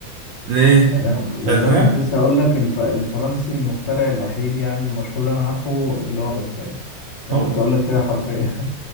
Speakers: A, on the right; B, on the left.
A: ليه
B: لان انا ك- لان
A: عرفتها
B: انا كنت لسه هقول لك الف... الفرنسي المخترع الوحيد يعني المشهور اللي انا عارفه اللي هو باسكال انا
A: هو
B: كنت اقول لك كده حرفيا